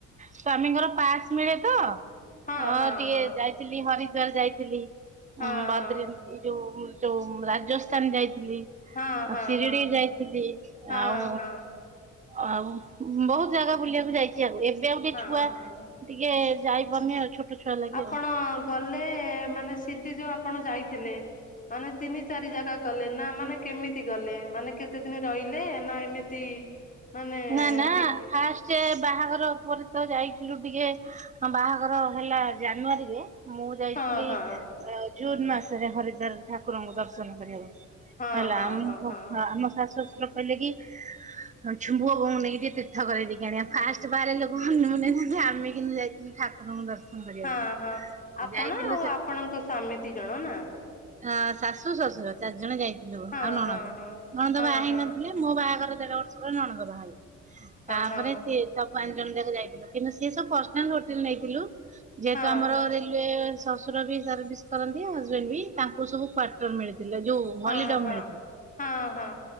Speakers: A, on the right; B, on the left.
A: ସ୍ଵାମୀଙ୍କର ପାସ୍ ମିଳେ ତ। ଅଁ
B: ହଁ ହଁ
A: ଟିକେ
B: ହଁ
A: ଯାଇଥିଲି ହରିଦ୍ୱାର ଯାଇଥିଲି
B: ହଁ
A: ଉଁ ବଦ୍ରି
B: ହଁ।
A: ଇ ଯୋଉ ଯୋଉ ରାଜସ୍ଥାନ ଯାଇଥିଲି।
B: ହଁ
A: ଅ
B: ହଁ
A: ଶିରିଡ଼ି
B: ହଁ
A: ଯାଇଥିଲି।
B: ହଁ
A: ଆଉ
B: ହଁ
A: ଆଉ ବହୁତ ଜାଗା ବୁଲିବାକୁ ଯାଇଚି ଆଉ। ଏବେ ଉଟେ
B: ହଁ
A: ଛୁଆ
B: ହଁ।
A: ଟିକେ ଯାଇପାରୁନି ଆଉ ଛୋଟ ଛୁଆ ଲାଗି
B: ଆପଣ
A: ଆଉ।
B: ଗଲେ ମାନେ ଶିରିଡ଼ି ଯୋଉ ଆପଣ ଯାଇଥିଲେ ମାନେ ତିନି ଚାରି ଜାଗା କଲେ ନା ମାନେ କେମିତି ଗଲେ ମାନେ କେତେ ଦିନି ରହିଲେ ନା ଏମିତି ମାନେ
A: ନାଁ ନାଁ
B: ଦି
A: ଫାଷ୍ଟେ ବାହାଘର ଉପରେ ତ ଯାଇଥିଲୁ ଟିକେ ହଁ, ବାହାଘର ହେଲା ଜାନୁଆରୀରେ ମୁଁ ଯାଇଥିଲି
B: ହଁ ହଁ
A: ଜୁନ ମାସରେ, ହରିଦ୍ୱାର ଠାକୁରଙ୍କୁ ଦର୍ଶନ କରିବାକୁ।
B: ହଁ
A: ହେଲା,
B: ହଁ
A: ଆମକୁ
B: ହଁ ହଁ।
A: ଆମ ଶାଶୁ ଶ୍ଵଶୁର କହିଲେ କି ପୁଅବୋହୁକୁ ନେଇକି ତୀର୍ଥ କରେଇ ଦେଇକି ଆଣିିବା, ଫାଷ୍ଟ ବାରେ ଲୋକ ହନିମୁନ ରେ ଯାନ୍ତି, ଆମେ କିନ୍ତୁ ଯାଇ ଠାକୁରଙ୍କୁ ଦର୍ଶନ କରିବାକୁ
B: ହଁ, ହଁ, ଆପଣ,
A: ଯାଇଥିଲୁ
B: ଆଉ ଆପଣଙ୍କ ସ୍ଵାମୀ ଦି ଜଣ ନା।
A: ହଁ, ଶାଶୁ ଶ୍ୱଶୁର ଚାରି ଜଣ ଯାଇଥିଲୁ,
B: ହଁ
A: ଆଉ ନଣନ୍ଦ,
B: ହଁ ହଁ।
A: ନଣନ୍ଦ
B: ହଁ
A: ବାହା ହେଇ ନଥିଲେ। ମୋ ବାହାଘର ଦେଢ଼ ବର୍ଷ ପରେ ନଣନ୍ଦ ବାହା ହେଲେ, ତାପରେ
B: ହଁ
A: ସିଏ ସବୁ ପାଞ୍ଚ ଜଣ ଯାକ ଯାଇଥିଲୁ, କିନ୍ତୁ ସି ସବୁ ପର୍ସନାଲ ହୋଟେଲ ନେଇଥିଲୁ, ଯେହେତୁ
B: ହଁ
A: ଆମର ରେ ଶ୍ୱଶୁର ବି ସର୍ଭିସ କରନ୍ତି, ହଜବେଣ୍ଡ ବି, ତାଙ୍କୁ ସବୁ କ୍ୱାଟର୍ ମିଳିଥିଲା, ଯୋଉ ହଲିଡମ
B: ହଁ ହଁ,
A: ମିଳିଥିଲା
B: ହଁ ହଁ,